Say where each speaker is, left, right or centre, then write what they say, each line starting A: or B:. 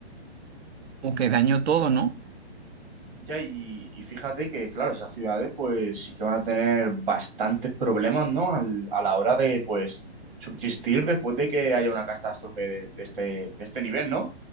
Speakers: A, on the right; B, on the right.
A: como que dañó todo, ¿no?
B: Ya, y, y fíjate que, claro, esas ciudades pues sí que van a tener bastantes problemas, ¿no? Al- a la hora de, pues, subsistir después de que haya una catástrofe de, de este, de este nivel, ¿no?